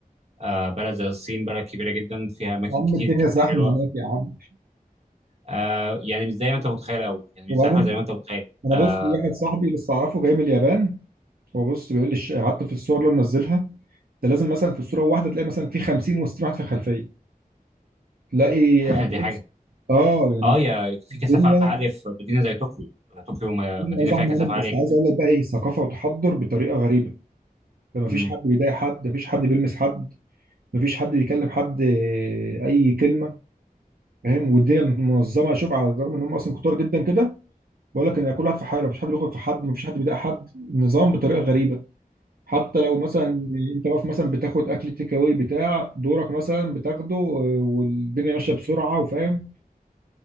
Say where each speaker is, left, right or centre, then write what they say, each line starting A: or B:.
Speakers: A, on the right; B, on the right.
A: آه، بلد زي الصين بلد كبيره جدا فيها اماكن
B: يا عم
A: كتير
B: الدنيا
A: ك-
B: زحمه
A: حلوه
B: هناك يا عم
A: آه، يعني مش زي ما انت متخيل قوي يعني
B: وبعدين
A: مش زحمه زي ما انت متخيل
B: انا
A: آه،
B: بص في واحد صاحبي لسه اعرفه جاي من اليابان هو بص بيقول لي الش- حتى في الصور اللي منزلها ده لازم مثلا في الصوره واحده تلاقي مثلا في 50 و60 واحد في الخلفيه تلاقي
A: <laughs>
B: يعني
A: دي حاجه
B: بص اه يعني
A: اه يا في
B: الدنيا
A: كثافه عاليه في مدينه زي طوكيو طوكيو م-
B: الدنيا
A: مدينه
B: زحمه
A: فيها كثافه
B: هناك
A: عاليه
B: بس عايز
A: جدا
B: اقول لك بقى ايه ثقافه وتحضر بطريقه غريبه ده مفيش
A: مم.
B: حد بيضايق حد مفيش حد بيلمس حد مفيش حد بيكلم حد آه، اي كلمه فاهم والدنيا منظمه شوف على الرغم ان هم اصلا كتار جدا كده بقول لك ان كل واحد في حاله مفيش حد بياخد في حد مفيش حد بيضايق حد النظام بطريقه غريبه حتى لو مثلا انت واقف مثلا بتاخد اكل تيك اواي بتاع دورك مثلا بتاخده آه، والدنيا ماشيه بسرعه وفاهم